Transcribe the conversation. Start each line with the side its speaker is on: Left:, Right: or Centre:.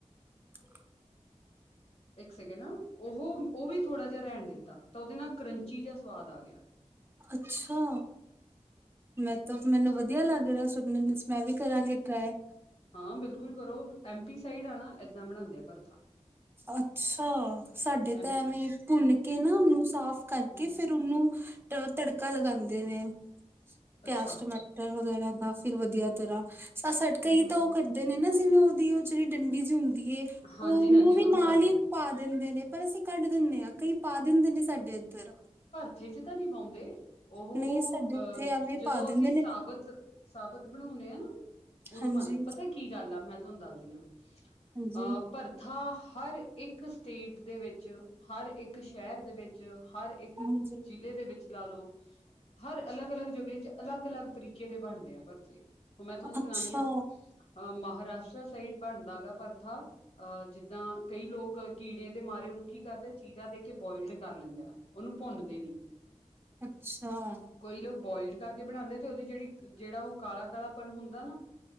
Right: ਹ
Left: ਇੱਕ ਸੈਕਿੰਡ ਉਹ ਉਹ ਵੀ ਥੋੜਾ ਜਿਹਾ ਰਹਿਣ ਦਿੱਤਾ ਤਾਂ ਉਹਦੇ ਨਾਲ ਕਰੰਚੀ ਜਿਹਾ ਸਵਾਦ ਆ ਗਿਆ
Right: ਅੱਛਾ ਮੈਂ ਤਾਂ ਮੈਨੂੰ ਵਧੀਆ ਲੱਗ ਰਿਹਾ ਸੁਣਨ ਵਿੱਚ ਮੈਂ ਵੀ ਕਰਾਂਗੀ ਟਰਾਈ
Left: ਹਾਂ ਬਿਲਕੁਲ ਕਰੋ ਐਮਪੀ ਸਾਈਡ ਆ ਨਾ ਏਦਾਂ ਬਣਾਉਂਦੇ ਆ ਭਰਥਾ
Right: ਅੱਛਾ ਸਾਡੇ
Left: ਐਮ
Right: ਤਾਂ ਐਵੇਂ ਭੁੰਨ ਕੇ ਨਾ ਉਹਨੂੰ ਸਾਫ ਕਰਕੇ
Left: ਹਮ
Right: ਫੇਿਰ ਉਹਨੂੰ ਤੜਕਾ ਲਗਾਉਂਦੇ ਨੇ ਪਿਆਜ
Left: ਅੱਛਾ
Right: ਟਮਾਟਰ ਵਗੈਰਾ ਦਾ ਫਿਰ ਵਧੀਆ ਤਰ੍ਹਾਂ ਸਟਕਈ
Left: ਹਮ ਹਮ
Right: ਤਾਂ
Left: ਹਮ
Right: ਉਹ ਦੇ ਨੇ ਨਾ ਜਿਵੇਂ ਉਹਦੀ ਉਹ ਜਿਹੜੀ ਡੰਡੀ ਜਿ ਹੁੰਦੀ ਹੈ
Left: ਹਾਂਜੀ
Right: ਉਹਨੂੰ
Left: ਹਾਂਜੀ
Right: ਵੀ ਨਾਲ
Left: ਕੱਢ ਦੇਣਾ
Right: ਹੀ ਪਾ ਦਿੰਦੇ ਨੇ ਪਰ ਅਸੀਂ ਕੱਢ ਦਿੰਦੇ ਹਾਂ ਕਈ ਪਾ ਦਿੰਦੇ ਨੇ ਸਾਡੇ ਇੱਧਰ
Left: ਵੀਚ ਤਾਂ ਨਹੀਂੀ ਪਾਉਂਦੇ ਉਹ
Right: ਨਹੀਂ ਸਾਡੇ ਇੱਥੇ
Left: ਅਹ
Right: ਐਵੇਂ
Left: ਜਦੋਂ
Right: ਪਾ ਦਿੰਦੇ
Left: ਅਸੀਂ
Right: ਨੇ
Left: ਸਾਬਤ ਸਾਬਤ ਬਣਾਉਣੇ ਆ ਨਾ ਉਦੋਂ
Right: ਹਾਂਜੀ
Left: ਮਦੇ ਪਤਾ ਕੀ ਗੱਲ ਆ ਮੈਂ ਤੁਹਾਨੂੰ ਦੱਸਦੀ ਹ
Right: ਹਾਂਜੀ
Left: ਅਹ ਭਰਥਾ ਹਰ ਇੱਕ ਸਟੇਟ ਦੇ ਵਿੱਚ ਹਰ ਇੱਕ ਸ਼ਹਿਰ ਦੇ ਵਿੱਚ ਹਰ ਇੱਕ
Right: ਹਾਂਜੀ
Left: ਜ਼ਿਲ੍ਹੇ ਦੇ ਵਿੱਚ ਲਾ ਲਓ ਹਰ ਅਲੱਗ ਅਲੱਗ ਜਗ੍ਹਾ ਚ ਅਲੱਗ ਅਲੱਗ ਤਰੀਕੇ ਦੇ ਬਣਦੇ ਆ ਪਰਚੇ ਉਹ ਮੈਂ ਤੁਹਾਨੂੰ
Right: ਅੱਛਾ
Left: ਸੁਣਾਾਨ ਆ ਅ ਮਹਾਰਾਸ਼ਟਰਰਾ ਸਾਈਡ ਬਣਦਾ ਗਾ ਪਰਥਾ ਅਹ ਜਿੱਦਾਂ ਕਈ ਲੋਕ ਕੀੜੇ ਦੇ ਮਾਰੇ ਉਹਨੂੰ ਕੀ ਕਰਦੇ ਚੀਰਾ ਦੇ ਕੇ ਬੋਇਲਡ ਕਰ ਲੈਂਦੇ ਆ ਉਹਨੂੰ ਭੁੰਨਦੇ ਨੀ
Right: ਅੱਛਾ
Left: ਕੋਈ ਲੋਕ ਬੋਇਲ ਕਰਕੇ ਬਣਾਉਂਦੇ ਆ ਤੇ ਉਹਦੀ ਜਿਹੜੀ ਜਿਹੜਾ ਉਹ ਕਾਲਾ ਕਾਲਾਪਨ ਹੁੰਦਾ ਨਾ